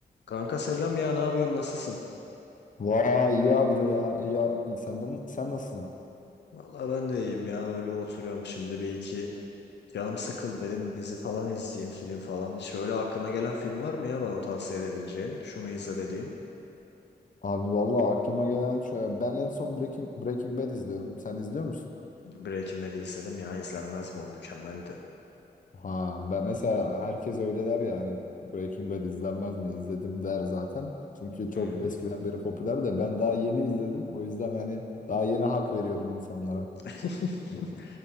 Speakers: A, on the left (about 75°); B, on the left (about 45°).
A: Kanka selam ya ne yapıyorsun nasılsın?
B: Vay iyi abidir ya. İyi, a- iyi. senden sen nasılsın?
A: Vallahi ben de iyiyim ya öyle oturuyorum şimdi bir iki canım sıkıldı dedim dizi falan izleyeyim film falan. Hiç öyle aklına gelen film var mı ya bana tavsiye edebileceğin? Şunu izle dediğin.
B: Abi vallahi aklıma gelen şöyle ben en son Breaking Breaking Bad izliyordum. Sen izliyor musun?
A: Breaking Bad'i izledim ya izlenmez mi o mükemmeldi.
B: Ha ben mesela herkes öyle der ya hani Breaking Bad izlenmez mi? İzledim der zaten. Çünkü çok
A: Hı.
B: eskiden beri popüler de ben daha yeni izledim. O yüzden hani daha yeni hak veriyorum insanlara.
A: <laughs>